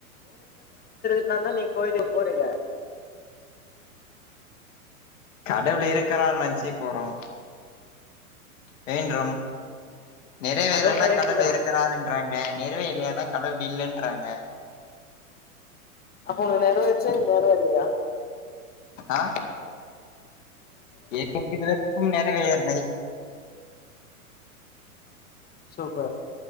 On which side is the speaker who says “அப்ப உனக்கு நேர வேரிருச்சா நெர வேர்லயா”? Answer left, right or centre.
Left